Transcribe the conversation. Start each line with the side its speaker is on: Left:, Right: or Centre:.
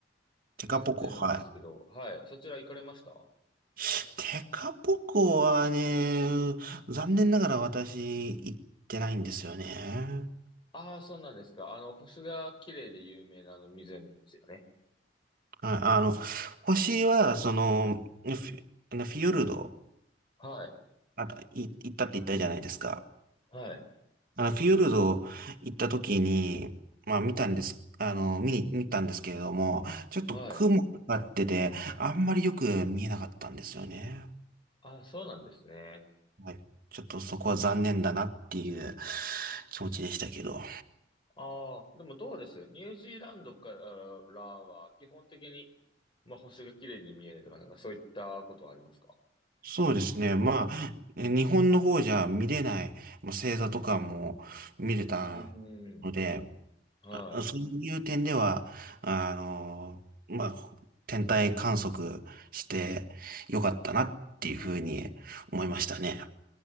Right: テカポコ、
Left: 知ってるんですけど、
Right: は
Left: はい。そちら行かれました
Right: い。テカポコはね、残念ながら私行ってないんですよね。
Left: ああ、そうなんですか。あの、星が綺麗で有名なあの湖ですよね。
Right: はい。あの、星は、その、フィ、あのフィヨルド、
Left: はい。
Right: あ、い行ったって言ったじゃないですか。
Left: はい。
Right: あの、フィヨルド行った時に、まあ見たんです、あの、見に、見たんですけれども、ちょっと雲がかかってて、
Left: はい。
Right: あんまりよく見えなかったんですよね。
Left: あ、そうなんですね。
Right: はい。ちょっとそこは残念だなっていう気持ちでしたけど。
Left: ああ、でもどうですニュージーランドからは基本的に、まあ、星が綺麗に見えるとか、なんかそういったことはありますか
Right: そうですね。まあ、え日本の方じゃ見れない、まあ、星座とかも見れたので、
Left: うーん。はい。
Right: あそういう点では、あの、まあ、ほ天体観測してよかったなっていうふうに思いましたね。